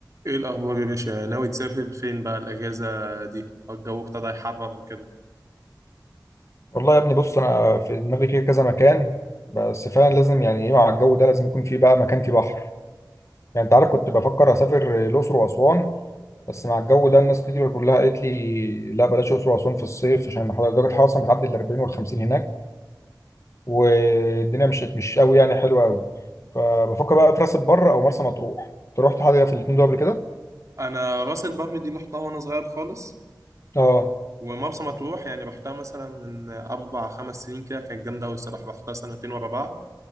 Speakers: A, on the right (about 45°); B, on the left (about 40°).
A: ايه الاخبار يا باشا ناوي تسافر فين بقى الاجازه دي أو الجو ابتدى يحرر وكده
B: والله يا ابني بص انا في دماغي كده كذا مكان بس فعلا لازم يعني ايه مع الجو ده لازم يكون فيه بقى مكان فيه بحر يعني انت عارف كنت بفكر اسافر الاقصر واسوان بس مع الجو ده الناس كتير كلها قالت لي لا بلاش الاقصر واسوان في الصيف عشان حر- درجه الحراره اصلا بتعدي ال 40 وال 50 هناك والدنيا مش مش قوي يعني حلوه قوي فبفكر بقى في راس البر او مرسى مطروح انت رحت حاجه في الاثنين دول قبل كده
A: انا راس البر دي رحتها وانا صغير خالص
B: اه
A: ومرسى مطروح يعني رحتها مثلا من اربع خمس سنين كده كانت جامده قوي الصراحه رحتها سنتين ورا بعض